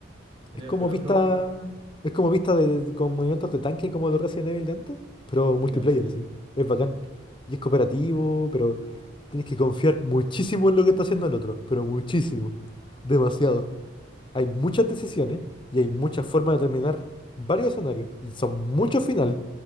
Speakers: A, on the right; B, on the left.
A: Estaría
B: Es como
A: peor
B: vista.
A: a probarlo.
B: Es como vista de, de- con movimientos de tanque como los Resident Evil de antes, pero multiplayer,
A: Ya, sí.
B: así. Es bacán. Y es cooperativo, pero tienes que confiar muchísimo en lo que está haciendo el otro. Pero muchísimo. Demasiado. Hay muchas decisiones y hay muchas formas de terminar varios escenarios. Y son muchos finales.